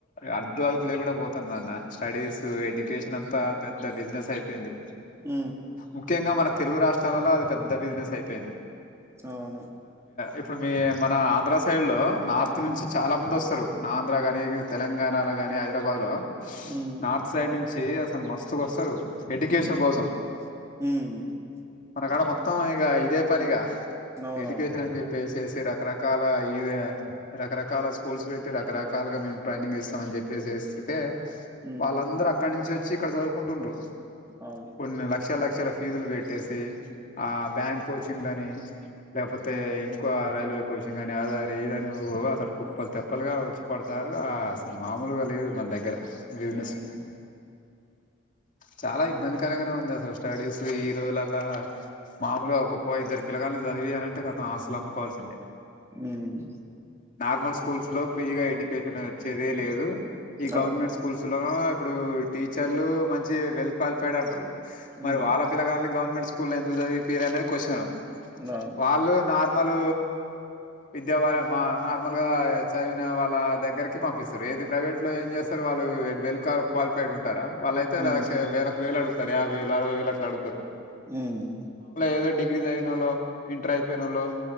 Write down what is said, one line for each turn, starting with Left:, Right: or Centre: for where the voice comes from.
Left: అడ్డు అదుపు లేకుండా పోతాంది అన్న స్టడీస్ ఎడ్యుకేషన్ అంత పెద్ద బిజినెస్ అయిపోయింది
Right: ఆ
Left: ముఖ్యంగా మన తెలుగు రాష్ట్రాలలో అది పెద్ద బిజినెస్ అయిపోయింది
Right: అవును.
Left: ఇప్పుడు మీ మన ఆంధ్రస్ సైడ్లో నార్త్
Right: హ్మ్.
Left: నుంచి చాలా మంది వస్తారు. నాన్ధ్ర గాని, తెలంగాణలో గాని, హైదరాబాద్ లో
Right: హ్మ్.
Left: నార్త్ సైడ్ నుంచి అసల్ మస్త్ గోస్త్ వస్తారు ఎడ్యుకేషన్
Right: హ్మ్.
Left: కోసం
Right: హ్మ్.
Left: మనకాడ మొత్తం ఇక ఇదే పనిగా
Right: అవునవును.
Left: ఎడుకేషన్ అని చెప్పేసేసి ఈ రకరకాల ఇవే రకరకాల స్కూల్స్ పెట్టి రకరకాలుగా మేము ట్రైనింగ్ ఇస్తాంమని చెప్పేసిస్తే
Right: హ్మ్.
Left: వాళ్ళందరు అక్కడ నుంచి వచ్చి ఇక్కడ చదువ్ కుంట్రండ్రు
Right: అవును.
Left: కొన్ని లక్ష లక్ష క్షర ఫీజులు పెట్టేసి
Right: హ్మ్.
Left: ఆ బ్యాంక్ కోచింగ్ లని లేకపోతే ఇంకో రైల్వే కోచింగ్ అని నేన్ అదని ఇదని అసలు ఓ అసలు కుప్పలు తెప్పలుగా వచ్చి పడతారు. ఆ అసలు మామూలుగా లేదు మన దగ్గర బిసినెస్
Right: హ్మ్.
Left: చాలా ఇబ్బందికరంగానే ఉం ఉందసల్ స్టడీసు ఈ జో ల ల మామూలుగా ఒకప్ప ఇద్దరు పిలగాల్ని చదివియాలంటే కతం ఆస్తులు అమ్ముకోవాల్సిందే
Right: హ్మ్
Left: నార్మల్ స్కూల్స్ లో ఫ్రీగా ఎడ్యుకేషన్ వచ్చేదే లేదు ఈ గవర్నమెంట్
Right: అవును.
Left: స్కూల్స్లో ఇప్పుడు టీచర్లు మంచి వెల్ క్వాలిఫైడ్ అంటారు.
Right: హ్మ్.
Left: మరి వాళ్ళ పిల్లగాల్ని గవర్మెంట్ స్కూ స్కూల్లో ఎందుకు చదివిపియారానే క్వశ్చను
Right: అవును.
Left: వాళ్ళు నార్మల్ విద్యా వాళ్ళ మా నార్మల్ గా చదివిన వాళ్ళ దగ్గరకి పంపిస్తారు ఏది ప్రైవేట్ లో ఏం చేస్తారు వాల్వి వేడ్ వెల్క క్వాలిఫై <unintelligible> టరా వాలైతే
Right: హ్మ్.
Left: లక్ష వేలకు వెల్ అడుగు యావైవేలు అరవైవేలు అట్లా అడుగుతారు
Right: హ్మ్.
Left: ఏదో ఇగ్రీజ్ అయిన వాళు ఇంటర్ అయిపోయి వాళ్ళు